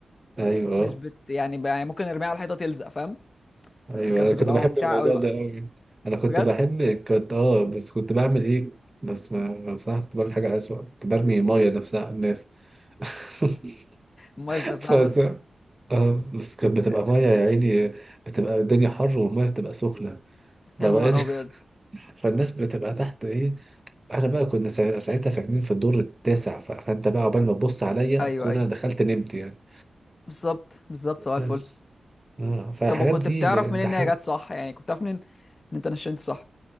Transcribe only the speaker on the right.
ايوه
آه.
ايوه
انا
كنت بحب
الموضوع
ده قوي انا كنت
بحب كنت اه بس كنت بعمل ايه بس ما بصراحه كنت بعمل حاجه اسوأ كنت برمي ميه نفسها على الناس <laughs>
فس
اه بس كانت
بتبقى
ميه
يا عيني بتبقى الدنيا حر والميه بتبقى سخنه ما
بقاش
<laughs> فالناس بتبقى تحت ايه احنا بقى كنا سا- ساعتها ساكنين في الدور التاسع ف- فانت بقى عقبال ما تبص عليا
اكون
انا دخلت نمت يعني
بس
اه فالحاجات
دي
ب-
ده حاجه